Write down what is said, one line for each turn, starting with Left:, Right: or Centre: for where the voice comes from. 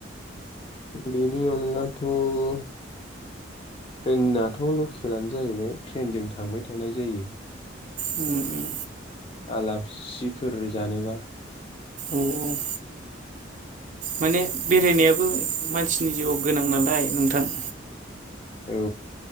Left: बेनि अनगाथ' ट्रेनाथ लकेलानो जाहैबाय ट्रेनजों थांबाय थानाय जायो।
Right: उम उम
Left: आलासिफोर जानोबा।
Right: ओम ओम। माने बेरायनायाबो मानसिनि जिउआव गोनां नालाय नोंथां।
Left: औ